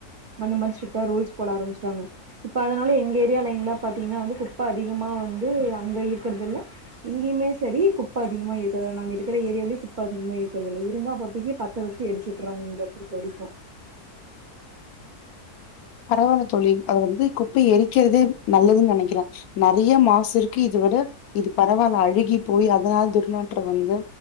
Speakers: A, on the right; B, on the left.
A: அந்த மாரி ஸ்ட்ரிட்டா ரூல்ஸ் போட ஆரம்மிஸ்ட்டாங்க இப்ப அதனால எங்க ஏரியா லைன்லா பாத்தீங்கன்னா வந்து குப்ப அதிகமா வந்து அங்க இருக்கறதில்ல இங்கயுமே சரி குப்ப அதிகமா இருக்கற்ல்ல நாங்க இருக்கற ஏரியாவ்லே குப்ப அதிகமா இருக்கற்தில்ல இருந்தா அப்பப்பைக்கி ப த்த வெச்சி எரிச்சுட்றாங்க இங்க பொறுத்தவரைக்கு
B: பரவால்ல தோழி அத வந்து குப்பை எரிக்கிறதே நல்லதுன் நெனைக்கிறே நெறையா மாசு இரு க்கு இது வுட இது பரவால்ல அழுகி போய் அதனால் துர்நாற்றம் வந்து